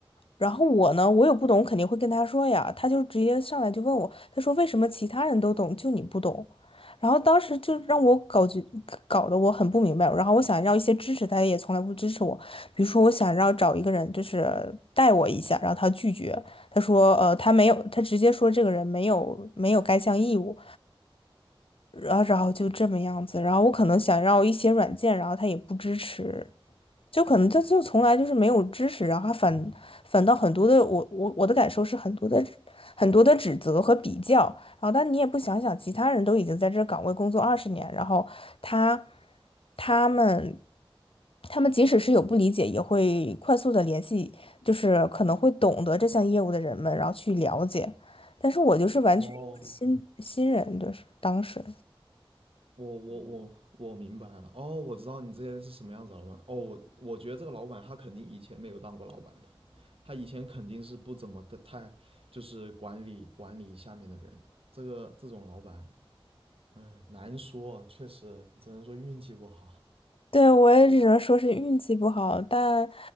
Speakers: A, on the left; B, on the right.
A: 然后我呢，我有不懂，我肯定会跟他说呀，他就直接上来就问我，他说为什么其他人都懂，就你不懂？然后当时就让我搞觉搞得我很不明白，然后我想要一些支持，他也从来不支持我。比如说，我想要找一个人，就是带我一下，然后他拒绝，他说，呃，他没有，他直接说这个人没有没有该项义务，然后然后就这么样子，然后我可能想要一些软件，然后他也不支持，就可能他就从来就是没有支持，然后他反反倒很多的，我我我的感受是很多的很多的指责和比较，然后但你也不想想，其他人都已经在这个岗位工作二十年，然后他他们。他们即使是有不理解，也会快速的联系，就是可能会懂得这项业务的人们，然后去了解。但是我就是完全一个新新人，
B: 哦
A: 就是当时。
B: 我我我我明白了，哦，我知道你这些是什么样子的老板，哦，我我觉得这个老板他肯定以前没有当过老板的，他以前肯定是不怎么的太就是管理管理下面的人的，这个这种老板，嗯，难说，确实只能说运气不好。
A: 对，我也只能说是运气不好，但，